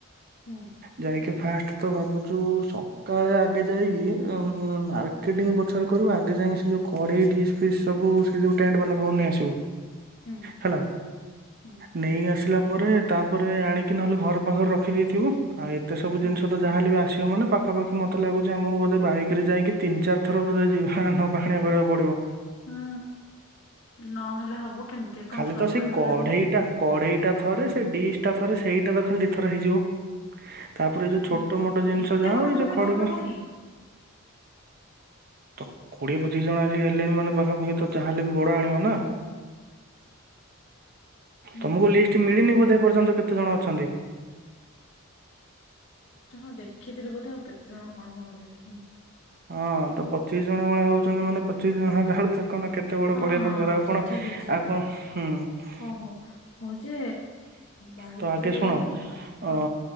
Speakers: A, on the left; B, on the right.
A: ହୁଁ
B: ଯାଇକି ଫାଷ୍ଟ ତ ଭାବୁଛୁ ସକାଳେ ଆଗେ ଯାଇକି ହଁ ମାର୍କେଟିଂ
A: ହୁଁ
B: <unintelligible> ତେଣୁ କରି ଆଗେ ଯାଇଁକି ସେଯୋଉ କଡେଇ ଡିସ୍ ଫିସ୍ ସବୁ ସେ ଯୋଉ ଟେଣ୍ଟ ବାଲା ପାଖରୁ ନେଇ ଆସିବୁ।
A: ହୁଁ
B: ହେଲା
A: ହୁଁ
B: ନେଇ ଆସ। ଥିଲା ପରେ ତାପରେ ଆଣିକି ନହେଲେ ଘର ପାଖରେ ରଖିଦେଇଥିବୁ ଆଉ ତେ ସବୁ
A: ହଁ
B: ଜିନିଷ ତ ଯାହାହଲେ ବି ଆସିବ ମାନେ ପାଖାପାଖି ମତେ ଲାଗୁଛି ଆମକୁ ବୋଧେ ବାଇକରେ ଯାଇକି ତିନ ଚାର୍ <unintelligible> ପାଣି କରିବାକୁ ପଡ଼ିବ
A: ହୁଁ ନହେଲେ ହବ କେମିତି କଣ
B: ଖାଲି
A: ଥର
B: ତ ସେ
A: କରେ ସବୁ
B: କଢେଇଟା
A: ଯାଗ ନେଇଯିବା।
B: କଢେଇଟା ଥରେ ସେ ଡିସ୍ ଟା ଥରେ ସେଇଟା ତ ଖାଲି ଦିଥର ହେଇଯିବ। ତାପରେ ଏଇ ଯୋଉ
A: ହୁଁ।
B: ଛୋଟ ମୋଟ ଜିନିଷ
A: ଏତେ
B: ଯାହା
A: ବଡ
B: ହ
A: ବଡ
B: ଏଇ ଯୋଉ
A: ବି
B: ଖଡିିକା
A: କଣ ହବ କି?
B: ତ କୋଡିଏ ପଚିଶ ଜଣ ଆସି ହେଲେଣି ମାନେ ପାଖାପାଖି ତ ଯାହେଲେ ବି ବଡ ଆଣିବ ନା?
A: ହୁଁ
B: ତମକୁ ଲିଷ୍ଟ
A: ହଁ।
B: ମିଳିନି ବୋଧେ ପର୍ଯ୍ୟନ୍ତ କେତେ ଜଣ ଅଛନ୍ତି।
A: ଲ ହଁ ଦେଖିଥିଲି ବୋଧେ ଆଉ କେତେ ଜଣ କଣ ମୁଁ ଆଉ ଦେଖିନି।
B: ହଁ ତ ପଚିଶ ଜଣ ଭଳିଆ ହଉଛନ୍ତି ମାନେ ପଚିଶ ଜଣ ହେଲା ବେଳୁ ଚକ। କେତେ ବଡ
A: ହଁ
B: କରିବାେଇ
A: ହଁ
B: ଦରକାର
A: ଆଚ୍ଛା
B: ଆଉ କଣ
A: ଠିକ୍ ଅଛି।
B: ଆଉ କଣ ହୁଁ।
A: ହଉ ହଉ ହଉ ଯେ ବାଇକରେ
B: ତ ଆଗେ ଶୁଣ
A: ହଁ।
B: ଅ